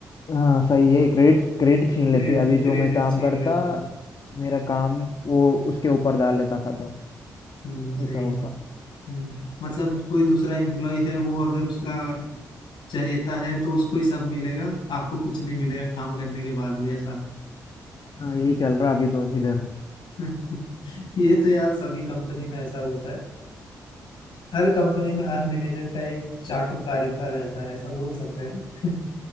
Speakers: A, on the left; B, on the left.
A: हाँ सही है क्रेडिट क्रेडिट छीन
B: क्रेडिट
A: लेते अभी जो मैं काम
B: छीन
A: करता
B: लेते हैं
A: मेरा काम वो उसके ऊपर डाल लेता खत्म
B: हम्म, सही
A: ऐसा होता
B: हम्म, मतलब कोई दूसरा एम्प्लॉय है वो अगर उसका चहेता है तो उसको ही सब मिलेगा आपको कुछ नहीं मिलेगा काम करने के बाद भी ऐसा
A: हाँ यही चल रहा अभी दो इधर
B: <laughs> ये तो यार सभी कंपनी में ऐसा होता है हर कंपनी में हर मैनेजर का एक चाटुकारिता रहता है ऐसा बोल सकते हैं